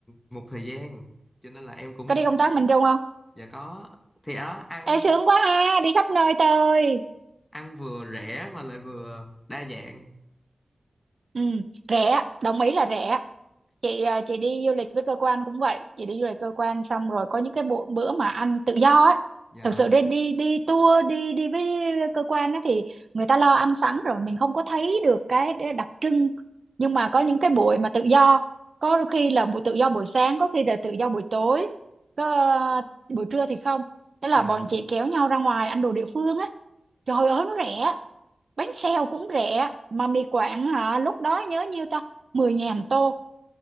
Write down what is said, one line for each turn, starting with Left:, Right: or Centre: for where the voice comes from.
Left: một thời gian cho nên là em cũng
Right: có đi công tác miền Trung không
Left: dạ có thì ở đó ăn
Right: Ê sướng quá ha đi khắp nơi tơi
Left: ăn vừa rẻ mà lại vừa đa dạng
Right: ừ rẻ đồng ý là rẻ chị à, chị đi du lịch với cơ quan cũng vậy chị đi du lịch cơ quan xong rồi có những cái bữa, bữa mà ăn tự do á
Left: dạ
Right: thực sự đi đi đi tour đi đi với cơ quan á thì người ta lo ăn sẵn rồi mình không có thấy được cái đặc trưng nhưng mà có những cái buổi mà tự do có đôi khi là buổi tự do buổi sáng có khi là tự do buổi tối có à, buổi trưa thì không thế là
Left: dạ
Right: bọn chị kéo nhau ra ngoài ăn đồ địa phương á trời ơi nó rẻ bánh xèo cũng rẻ mà mì Quảng hả lúc đó nhớ nhiêu ta mười ngàn tô